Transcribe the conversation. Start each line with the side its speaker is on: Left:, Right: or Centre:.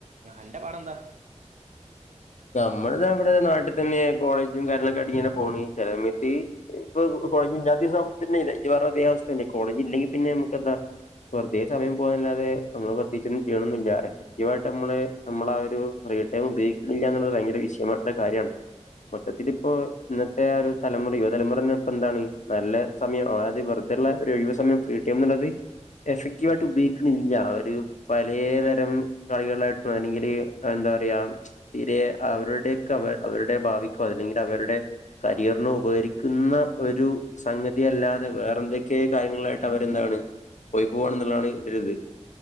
Right: ന്റെ പാടന്താ
Left: നമ്മളതാവിടെ നാട്ടിൽ തന്നെ കോളേജും കാര്യങ്ങളൊക്കെ ആയിട്ടിങ്ങനെ പോണ് ചില സമയത്ത് ഇപ്പൊ കോളജിന്റെ <unintelligible> അവസ്ഥ തന്നേ കോളജില്ലെങ്കി പിന്നെ നമുക്കെന്താ വെറുതെ സമയം പോന്നല്ലാതെ നമ്മള് പ്രത്യേകിച്ചൊന്നും ചെയ്യണൊന്നില്ല എഫക്റ്റീവായിട്ട് നമ്മള് നമ്മളാ ഒരു ഫ്രിടൈം ഉപയോഗിക്കുന്നില്ലന്നുള്ളത് ഭയങ്കര വിഷയമായിട്ടുള്ള കാര്യമാണ് മൊത്തത്തി ഇപ്പോ ഇന്നത്തെ ആ ഒരു തലമുറ യുവതലമുറ തന്നെ ഇപ്പൊ എന്താണ് നല്ല സമയം <unintelligible> വെറതെയുള്ള ഒരു ഒഴിവു സമയം ഫ്രീടൈംന്നുള്ളത് എഫെക്ടീവായിട്ടുപയോഗിക്കണി
Right: ഉം
Left: ല്ലാവര് പലേതരം കളികളായിട്ട് അല്ലെങ്കില് എന്താ പറയാ തിരെ അവരുടെയൊക്കെ അവ അവരുടെ ഭാവിക്കോ അല്ലെങ്കിലവരുടെ കരിയറിനോ ഉപകരിക്കുന്ന ഒരു സംഗതിയല്ലാതെ വേറെന്തൊക്കെ കാര്യങ്ങളായിട്ട് അവരെന്താണ് പോയി പോണന്നുള്ളതാണ് ഒരിത്